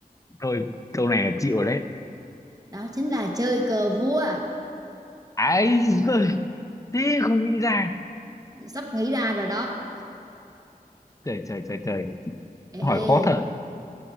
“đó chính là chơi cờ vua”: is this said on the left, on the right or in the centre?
Right